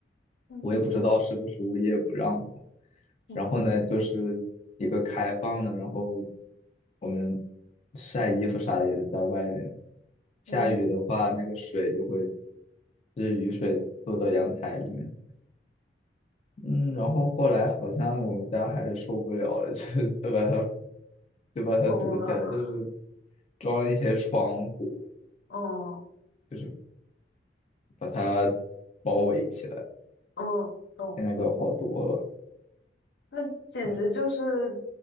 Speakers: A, on the left; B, on the left.
A: 嗯
B: 我也不知道是不是物业不让封。
A: 嗯哼
B: 然后呢，就是一个开放的，然后我们晒衣服啥也是在外面。下雨的话，
A: 嗯，
B: 那个水就会，就是雨水落到阳台里面。嗯，然后后来好像我们家还是受不了了，<laughs> 就就把它就把它堵起来，
A: 疯了，
B: 就是装了一些窗户，
A: 嗯
B: 就是把它包围起来。
A: 嗯，懂。
B: 现在就好多了。
A: 那简直就是
B: 对，